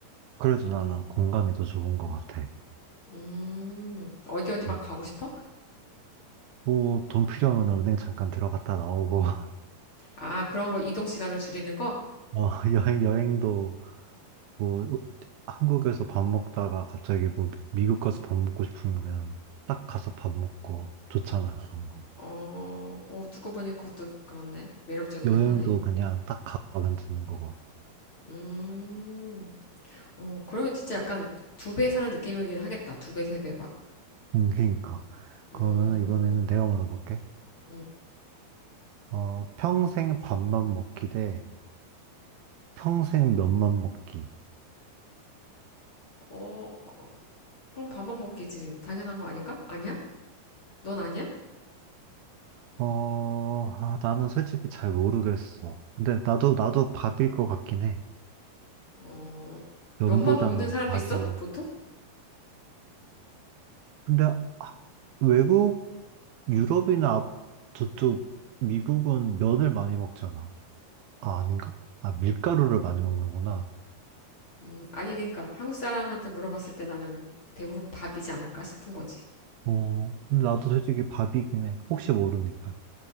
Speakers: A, on the right (about 75°); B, on the left (about 35°).
A: 그래도 나는 공간이 더 좋은 것 같아.
B: 음 어디 어디 막
A: 음.
B: 가고 싶어?
A: 뭐, 돈 필요하면 은행 잠깐 들어갔다 나오고, <laughs>
B: 아, 그런 거 이동 시간을 줄이는 거?
A: 어, 여행, 여행도 뭐 한국에서 밥 먹다가 갑자기 뭐 미국 가서 밥 먹고 싶으면 딱 가서 밥 먹고 좋잖아 그런 거.
B: 어, 어, 고 보니 그것도 그렇네. 매력적이긴
A: 여행도
B: 하네.
A: 그냥 딱 가면 되는 거고.
B: 음, 어, 그러면 진짜 약간 두배 사는 느낌이긴 하겠다. 두 배, 세 배 막.
A: 음, 그러니까
B: 음,
A: 그러면은 이번에는 내가 물어볼게.
B: 음.
A: 어 평생 밥만 먹기 대 평생 면만 먹기.
B: 어, 그럼 밥만 먹기지. 당연한 거 아닌가? 아니야? 넌 아니야?
A: 어 아, 나는 솔직히 잘 모르겠어. 근데 나도 나도 밥일 것 같긴 해.
B: 어,
A: 면보다는
B: 면만 먹는 사람도
A: 밥이.
B: 있어? 보통?
A: 근데 아, 외국 유럽이나 앞- 저쪽 미국은 면을 많이 먹잖아. 아, 아닌가? 아, 밀가루를 많이 먹는구나.
B: 음, 아니, 그러니까 한국 사람한테 물어봤을 때 나는 대부분 밥이지 않을까 싶은 거지.
A: 어, 근데 나도 솔직히 밥이긴 해. 혹시 모르니까.